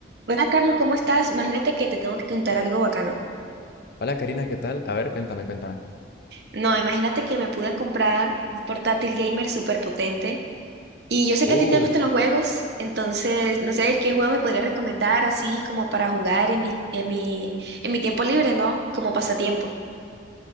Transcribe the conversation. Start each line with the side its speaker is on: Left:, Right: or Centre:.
Right: Hola Carlos, ¿cómo estás? Imagínate que te tengo que contar algo bacano.
Left: Hola Karina, ¿qué tal? A ver, cuéntame, cuéntame.
Right: No, imagínate que me pude comprar un portátil gamer súper potente. Y yo sé
Left: Uf,
Right: que a ti te gustan los juegos, entonces no sé qué juego me podrías recomendar así como para jugar en mi, en mi, en mi tiempo libre, ¿no? Como pasatiempo.